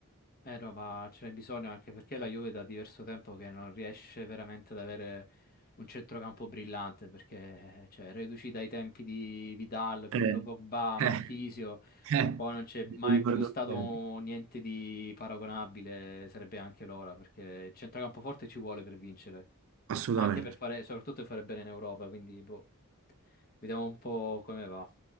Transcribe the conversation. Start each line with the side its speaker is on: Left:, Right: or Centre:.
Left: Eh no, ma ce n'è bisogno anche perché la Juve da diverso tempo che non riesce veramente ad avere un centrocampo brillante, perché cioè, reduci dai tempi di Vidal, Pirlo
Right: Eh,
Left: Pogba, Marchisio,
Right: eh, eh,
Left: poi non c'è mai
Right: mi ricordo
Left: più stato
Right: bene.
Left: niente di paragonabile, sarebbe anche l'ora, perché il centrocampo forte ci vuole per vincere,
Right: Assolutamente.
Left: anche per fare, soprattutto per fare bene in Europa, quindi boh, vediamo un po' come va.